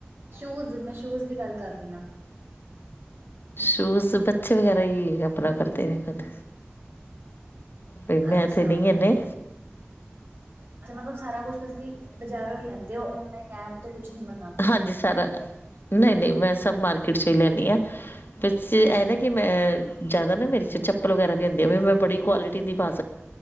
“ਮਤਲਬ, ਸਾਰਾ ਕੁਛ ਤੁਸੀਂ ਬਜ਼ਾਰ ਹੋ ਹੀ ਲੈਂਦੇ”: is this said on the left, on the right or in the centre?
Right